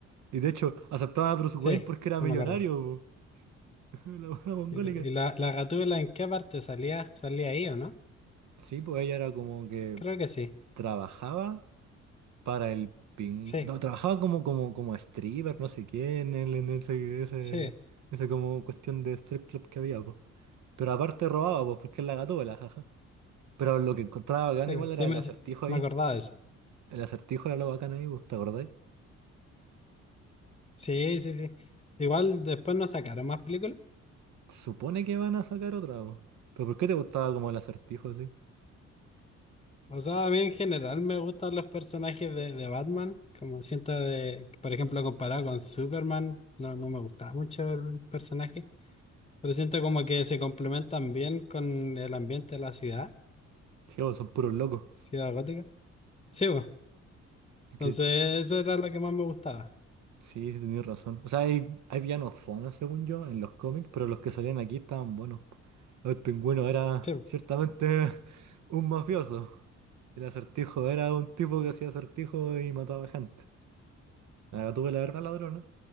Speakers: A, on the right; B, on the left.
A: Y de hecho, aceptaba a Bruce Wayne
B: Sí,
A: porque era
B: sí
A: millonario,
B: me acuerdo.
A: po. <laughs> La buena mongólica.
B: ¿Y, y la, la Gatúbela en qué parte salía? ¿Salía ahí o no?
A: Sí, pues ella era como que
B: Creo que sí.
A: trabajaba para el ping...
B: Sí,
A: No, trabajaba como, como, como stripper, no sé quién, en, el- en ese, ese,
B: sí,
A: ese como cuestión de strip club que había, pues. Pero aparte robaba, pues, porque es la gatúbela, jaja. Pero lo que encontraba bacán
B: sí,
A: igual
B: sí,
A: era
B: me,
A: el acertijo
B: sí, me
A: ahí.
B: acordaba de eso.
A: El acertijo era lo bacán ahí, pues, ¿te acordáis?
B: Sí, sí, sí. Igual después no sacaron más películas.
A: Se supone que van a sacar otra, pues. ¿Pero por qué te gustaba como el acertijo así?
B: O sea, a mí en general me gustan los personajes de, de Batman. Como siento de, por ejemplo, comparado con Superman, no, no me gustaba mucho el personaje. Pero siento como que se complementan bien con el ambiente de la ciudad,
A: Sí, o son puros locos.
B: ciudad gótica. Sí, pues.
A: Es que,
B: Entonces eso era lo que más me gustaba.
A: sí, sí, tenías razón. O sea, hay, hay villanos fome, según yo, en los cómics, pero los que salían aquí estaban buenos. El pingüino era
B: Sí.
A: ciertamente <laughs> un mafioso. El acertijo era un tipo que hacía acertijos y mataba gente. La tuve la una ladrona.